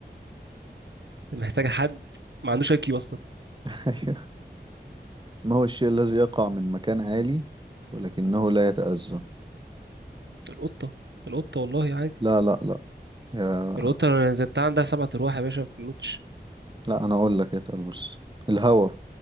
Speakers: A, on the right; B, on the right.
A: محتاج حد ما عندوش اي كيو
B: <laughs> أيوة. ما هو الشيء الذي يقع من مكان عالي ولكنه لا يتأذى
A: القطة القطة والله عادي
B: لا لا لا يا...
A: القطة لو نزلتها عندها سبع أرواح يا باشا ما بتموتش
B: لا انا اقول لك اتقل بس الهوا